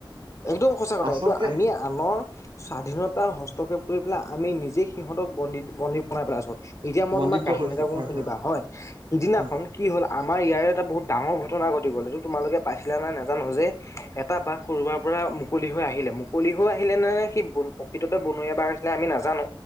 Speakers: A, on the left; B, on the right.
A: একদম সঁচা কথা
B: আচলতে
A: এইটো আমি আনৰ স্বাধীনতা হস্তক্ষেপ কৰি পেলাই আমি নিজে সিহঁতক বন্দী, বন্দী বনাই পেলাইছোঁ এতিয়া মই
B: বন্দিত্ব
A: তুমাৰ কাহিনী
B: কৰিছো
A: এটা কম
B: হয়
A: শুনিবা হয় সিদিনাখন
B: হয়
A: কি হ'ল আমাৰ ইয়াৰে এটা বহুত ডাঙৰ ঘটনা ঘটি গ'ল এইটো তোমালোকে পাইছিলা নে নেজানো যে এটা বাঘ কৰোবাৰ পুৰা মুকলি হৈ আহিলে, মুকলি হৈ আহিলে নে সি প্ৰকৃততে বনৰীয়া বাঘ আছিলে আমি নাজানো